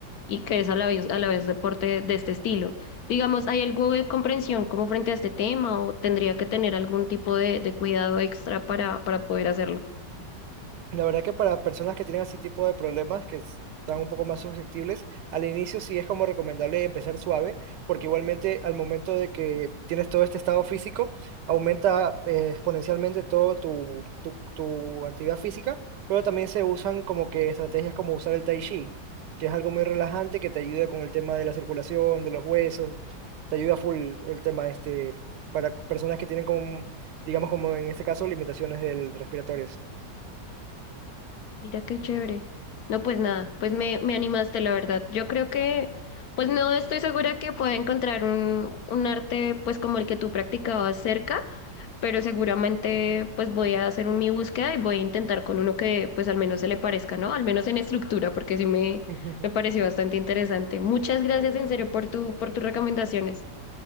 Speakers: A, on the left; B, on the right.
A: y que es a la vez, a la vez deporte de este estilo. Digamos, ¿hay algo de comprensión como frente a este tema o tendría que tener algún tipo de, de cuidado extra para, para poder hacerlo?
B: La verdad que para personas que tienen así tipo de problemas, que s- están un poco más susceptibles, al inicio sí es como recomendable empezar suave, porque igualmente al momento de que tienes todo este estado físico, aumenta eh, exponencialmente todo tu, tu, tu actividad física, pero también se usan como que estrategias como usar el tai chi, que es algo muy relajante que te ayuda con el tema de la circulación, de los huesos, te ayuda full el tema este, para personas que tienen como, digamos como en este caso, limitaciones del- respiratorias.
A: Mira qué chévere. No, pues nada, pues me, me animaste, la verdad. Yo creo que, pues no estoy segura que pueda encontrar un, un arte pues como el que tú practicabas cerca, pero seguramente pues voy a hacer un, mi búsqueda y voy a intentar con uno que pues al menos se le parezca, ¿no? Al menos en estructura, porque sí me,
B: <laughs>
A: me pareció bastante interesante. Muchas gracias en serio por tu, por tus recomendaciones.